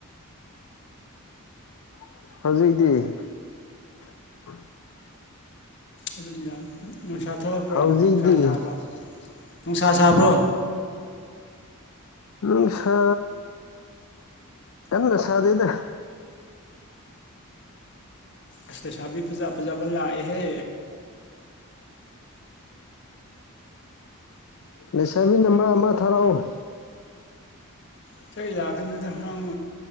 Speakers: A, on the left; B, on the left.
A: ꯍꯧꯖꯤꯛꯇꯛꯇꯤ
B: ꯑꯗꯨꯝ ꯌꯥ ꯅꯨꯡꯁꯥ ꯊꯣꯛꯂꯛꯄ꯭ꯔꯣ
A: ꯍꯧꯖꯤꯛꯇꯤ
B: ꯅꯨꯡꯁꯥ ꯁꯥꯕ꯭ꯔꯣ ꯅꯨꯡꯁꯥ ꯁꯥꯕ꯭ꯔꯣ
A: ꯅꯨꯡ ꯁꯥ ꯌꯥꯝꯅ ꯁꯥꯗꯦꯗ
B: ꯑꯁꯕꯤ ꯄꯖꯥ ꯄꯖꯥꯕꯑꯍꯦ
A: ꯂꯩꯁꯥꯕꯤ ꯅꯝꯕꯔ ꯑꯃ ꯊꯥꯔꯛꯑꯣ
B: ꯏꯁꯩ ꯂꯥꯛꯀꯥꯟꯗ ꯅꯪ